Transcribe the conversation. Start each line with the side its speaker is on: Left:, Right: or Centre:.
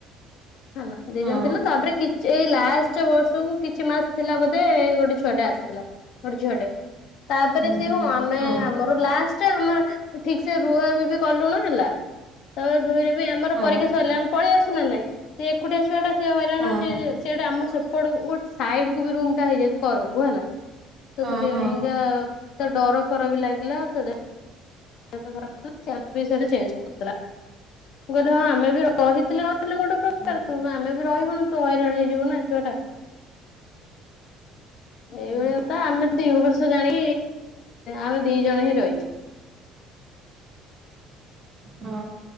Left: ହେଲା ଦି
Right: ହଁ
Left: ଜଣ ଥିଲୁ, ତାପରେ କି ଏଇ ଲାଷ୍ଟ ବର୍ଷକୁ କିଛି ମାସ ଥିଲା ବୋଧେ, ଗୋଟେ ଛୁଆଟେ ଆସିଥିଲା ଗୋଟେ ଝିଅଟେ। ତାପରେ
Right: ହୁଁ
Left: ସିଏ କଣ,
Right: ହୁଁ
Left: ଆମେ
Right: ହଁ
Left: ଆମର ଲାଷ୍ଟେ ଆମେ ଠିକ ସେ ରୁହା ରୁହି ବି କଲୁନୁ ହେଲା, ତାପରେ ଦୁଇ ରେ ଆମର
Right: ହଁ
Left: ପରୀକ୍ଷା ସରିଲେ ଆମେ ପଳେଇ ଆସୁ ନା ନାଇଁ, ସେ ଏକୁଟିଆ ଛୁଆଟା ସେ ହଇରାଣ
Right: ହଁ
Left: ହେଉଛି। ସେଟା ଆମ ସେ <unintelligible> ଗୋଟେ ସାଇଡକୁ ବି ରୁମଟା ହେଇଯାଇଛି କରକୁ ହେଲା, ତ
Right: ହଁ
Left: ସେଥିପାଇକା
Right: ହଁ
Left: ମତେ ଡର ଫର ବି ଲାଗିଲା ସେ <unintelligible> ସେଇଠୁ ସେ ଚେଞ୍ଜ କରିଦେଲା, ମୁଁ କହିଲି ହଁ ଆମେ ବି ରହିଥିଲେ ର <unintelligible> ଗୋଟେ ପ୍ରକାର
Right: ଓହୋ
Left: ତୁ ଆମେ ବି ରହିବୁୁନୁ। ହଇରାଣ ହେଇଯିବ ନା ଛୁଆ ଟା, ଏଇଭଳିଆ
Right: ହୁଁ
Left: କଥା ଆମେ ଦି ବର୍ଷ ତ ଜାଣି ଆମେ ଦି ଜଣ ହିଁ ରହିଛୁ।
Right: ହଁ।